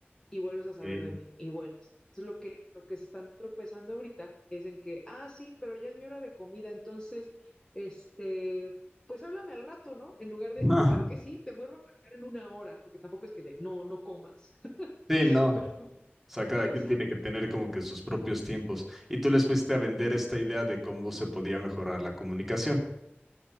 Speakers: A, on the left; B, in the centre.
A: y vuelves
B: ok.
A: a saber de mí y vuelves. Entonces lo que, lo que se están tropezando ahorita es en que, ah, sí, pero ya es mi hora de comida, entonces, este, pues háblame al rato, ¿no? En lugar de,
B: Ah,
A: claro que sí, te vuelvo a marcar en una hora, porque tampoco es que de, no, no comas,
B: sí,
A: <laughs>
B: no. O
A: pero
B: sea, cada
A: exacto.
B: quien tiene que tener como que sus propios tiempos. Y tú les fuiste a vender esta idea de cómo se podía mejorar la comunicación.